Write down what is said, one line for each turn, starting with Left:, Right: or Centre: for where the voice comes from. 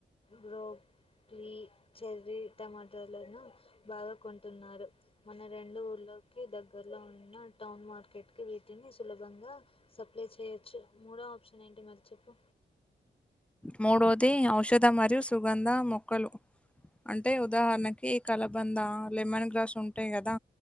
Left: బ్రో ట్రీ చెర్రీ టమాటలను బాగా కొంటున్నారు మన రెండు ఊళ్ళ లోకి దగ్గర్లో ఉన్న టౌన్ మార్కెట్కి వీటిని సులభంగా సప్లై చేయొచ్చు మూడో ఆప్షన్ ఏంటి మరి చెప్పు
Centre: మూడోది ఔషధ మరియు సుగంధ మొక్కలు అంటే ఉదాహరణకి కలబంద లెమన్ గ్రాస్ ఉంటాయి కదా